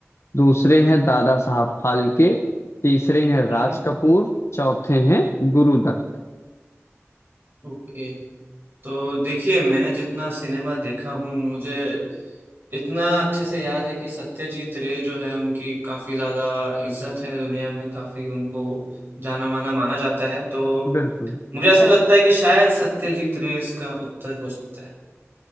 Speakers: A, on the left; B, on the right.
A: दूसरे हैं दादा साहब फाल्के तीसरे हैं राज
B: हम्म,
A: कपूर चौथे हैं गुरुदत्त
B: ओके तो देखिए मैं जितना सिनेमा देखा हूँ मुझे इतना अच्छे से याद है कि सत्यजीत रे जो है उनकी काफी ज्यादा इज्जत है दुनिया में काफी उनको जाना माना माना जाता है तो
A: बिल्कुल
B: मुझे ऐसा लगता है कि शायद सत्यजीत रे इसका उत्तर हो सकता है